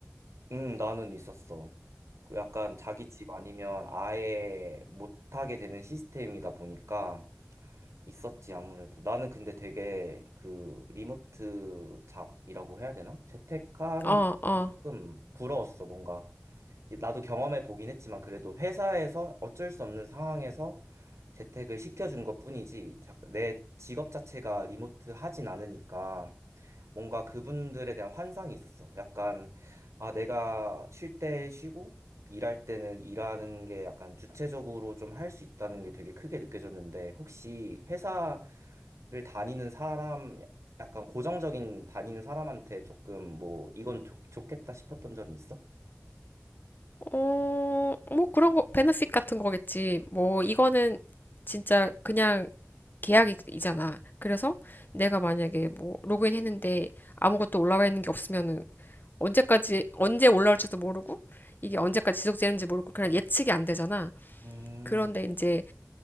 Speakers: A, on the right; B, on the left.
A: 음, 나는 있었어. 그 약간 자기 집 아니면 아예 못하게 되는 시스템이다 보니까 있었지, 아무래도. 나는 근데 되게 그 리모트 잡이라고 해야 되나? 재택하는
B: 어,
A: 분들이
B: 어.
A: 조금 부러웠어, 뭔가. 나도 경험해 보긴 했지만 그래도 회사에서 어쩔 수 없는 상황에서 재택을 시켜준 것뿐이지 자- 내 직업 자체가 리모트 하진 않으니까 뭔가 그분들에 대한 환상이 있었어. 약간, 아, 내가 쉴 때 쉬고, 일할 때는 일하는 게 약간 주체적으로 좀 할 수 있다는 게 되게 크게 느껴졌는데, 혹시 회사를 다니는 사람, 약간 고정적인 다니는 사람한테 조금 뭐, 이건 좋, 좋겠다 싶었던 점이 있어?
B: 어, 뭐 그런 거 베네핏 같은 거겠지. 뭐 이거는 진짜 그냥 계약이잖아. 그래서 내가 만약에 뭐 로그인 했는데 아무것도 올라와 있는 게 없으면은 언제까지 언제 올라올지도 모르고 이게 언제까지 지속되는지 모르고 그냥 예측이 안 되잖아.
A: 음,
B: 그런데 이제